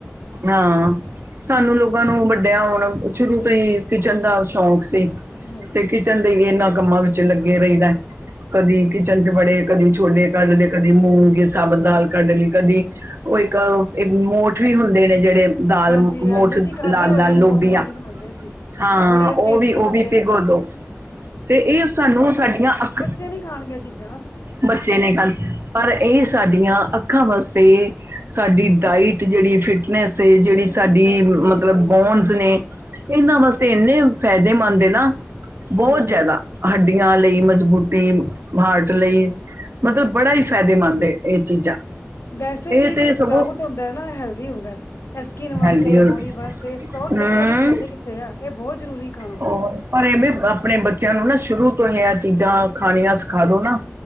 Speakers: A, on the right; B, on the left.
A: ਆ। ਸਾਨੂੰ ਲੋਕਾਂ ਨੂੰ ਵੱਡੇਆ ਓਣ ਸ਼ੁਰੂ ਤੋਂ ਈ ਕਿਚਨ ਦਾ ਸ਼ੌਕ ਸੀ।
B: ਹਾਂਜੀ,
A: ਤੇ ਕਿਚਨ ਦੇ ਏਨਾਂ ਕੰਮਾਂ ਵੇਚ ਲੱਗੇ ਰਇਦੈ। ਕਦੀ ਕਿਚਨ ਚ ਬੜੇ ਕਦੀ ਛੋਲੇ ਕਾੱਢ ਲੇ ਕਦੀ ਮੂੰਗੀ ਸਾਬਤ ਦਾਲ ਕਾੱਢ ਲੀ ਕਦੀ ਓ ਇੱਕ ਮੋਠ ਵੀ ਹੁੰਦੇ ਨੇ ਜੜੇ ਦਾਲ
B: ਹਾਂਜੀ,
A: ਮੋਠ
B: ਹਾਂਜੀ ਅਸੀਂ ਖਾਧੇ
A: ਲਾਲ-ਲਾਲ
B: ਹੋਏ ਆ ਮੋਠ
A: ਲੋਬੀਆਂ।
B: ਮੰਮੀ ਬਣਾਉਂਦੇ ਸੀ
A: ਹਾਂ
B: ਬੜੇ
A: ਓ
B: ਟੇਸਟੀ
A: ਵੀ ਓ
B: ਬਣਦੇ
A: ਵੀ ਪਿਗੋ
B: ਸੀ
A: ਦੋ, ਤੇ ਇ ਸਾਨੂੰ ਸਾਡੀਆ ਅੱਖਾ
B: ਚੇ ਨੀ ਖਾਣ ਗੇ ਐ ਚੀਜਾ
A: ਬੱਚੇ ਨੇ ਖਾੱਨ ਪਰ ਐ ਈ ਸਾਡੀਆਂ ਅੱਖਾਂ ਵਾਸਤੇ, ਸਾਡੀ ਡਾਇਟ ਤੇ ਜੜੀ ਫਿਟਨੈਸ ਏ ਜੜੀ
B: ਫਿਟਨੈਸ
A: ਸਾਡੀ
B: ਵਾਸਤੇ
A: ਮਤਲਬ
B: ਜੀ
A: ਬੋਨਸ ਨੇ ਏਨਾ ਵਾਸਤੇ ਏਨੇ ਫੈਦੇਮੰਦ ਏ ਨਾ, ਬੋਤ
B: ਹਾਂਜੀ
A: ਜਾਦਾ। ਹੱਡੀਆਂ ਲਈ ਮਜ਼ਬੂਤੀ, ਮਾਰਟ ਲਈ ਮਤਲਬ ਬੜਾ ਹੀ ਫਾਇਦੇਮੰਦ, ਇਹ ਚੀਜ਼ਾਂ
B: ਵੈਸੇ ਵੀ,
A: ਤੇ
B: ਇਹ ਸਪਰਾਊਡ
A: ਸਗੋਂ
B: ਹੁੰਦਾ ਹੈ ਨਾ, ਹੈਲਦੀ ਹੁੰਦਾ ਇਹ ਸਕਿਨ ਵਾਸਤੇ,
A: ਹੈਲਦੀ
B: ਬੋਡੀ ਵਾਸਤੇ, ਸਪਰਾਂਉਂਡ
A: ਹੂੰ
B: ਬੱਚੇ ਅੱਜ- ਕੱਲ ਖਾਂਦੇ ਕਿੱਥੇ ਆ, ਇਹ ਬਹੁਤ ਜ਼ਰੂਰੀ ਖਾਣਾ
A: ਔਰ ਪਰ ਏ ਵੇਂ ਆਪਣੇ ਬੱਚਿਆਂ ਨੂੰ ਨਾ, ਸ਼ੁਰੂ ਤੋਂ ਹੀ ਆ, ਚੀਜ਼ਾਂ ਖਾਣੀਆਂ ਸਿਖਾ ਦੋ ਨਾ